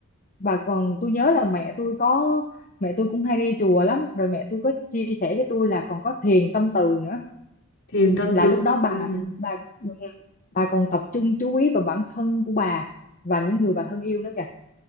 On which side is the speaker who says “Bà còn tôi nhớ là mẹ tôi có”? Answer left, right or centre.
Left